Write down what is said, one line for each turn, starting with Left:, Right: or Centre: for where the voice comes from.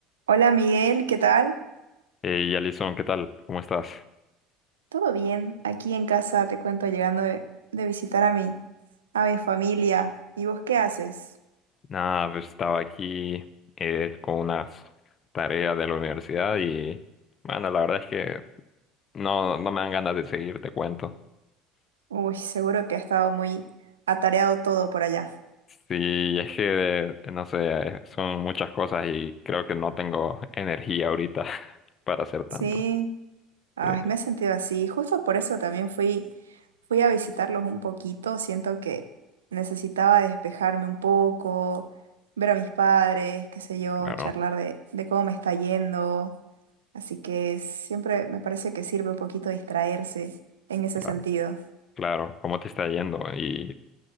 Right: Hola Miguel, ¿qué tal?
Left: Hey, Alison, ¿qué tal? ¿Cómo estás?
Right: ¿Todo bien? Aquí en casa te cuento llegando de, de visitar a mi, a mi familia. ¿Y vos qué haces?
Left: Nada, pues estaba aquí eh, con unas tareas de la universidad y, bueno, la verdad es que no, no me dan ganas de seguir, te cuento.
Right: Uy, seguro que ha estado muy atareado todo por allá.
Left: Sí, es que, eh, no sé, son muchas cosas y creo que no tengo energía ahorita <laughs> para hacer tanto.
Right: Sí, ay,
Left: Sí,
Right: me he sentido así. Justo por eso también fui, fui a visitarlos un poquito. Siento que necesitaba despejarme un poco, ver a mis padres, qué sé yo,
Left: claro,
Right: charlar de, de cómo me está yendo. Así que siempre me parece que sirve un poquito distraerse en ese
Left: claro,
Right: sentido.
Left: claro. ¿Cómo te está yendo? ¿Y